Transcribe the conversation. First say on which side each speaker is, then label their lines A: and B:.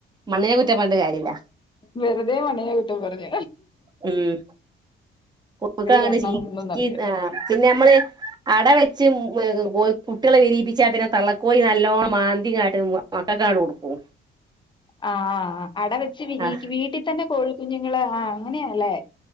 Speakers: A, on the right; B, on the left.
A: മണ്ണിനെ കുറ്റം പറഞ്ഞിട്ട് കാര്യമില്ല
B: വെറുതെ മണ്ണിനെ കുറ്റം പറഞ്ഞ
A: ഉം കോഴിക്കള് അങ്ങട്ട്
B: കാരണം
A: ചിക്കി
B: ഒന്നും നടക്കില്ല
A: ഏഹ് പിന്നെ നമ്മള് അട വെച്ച് വേ കോഴി കുട്ടിയാളെ വിരിയിപ്പിച്ചാ പിന്നെ തള്ളക്കോയി നല്ലോണ്ണം മാന്തി ങ്ങാട്ട് മക്കക്കാണ്ട് കൊടുക്കൂ
B: <inaudible> ആഹ് അട വെച്ച് വിരിക്ക്
A: ആ
B: വീട്ടിൽ തന്നെ കോഴിക്കുഞ്ഞുങ്ങള് ആ അങ്ങനെ യാല്ലേ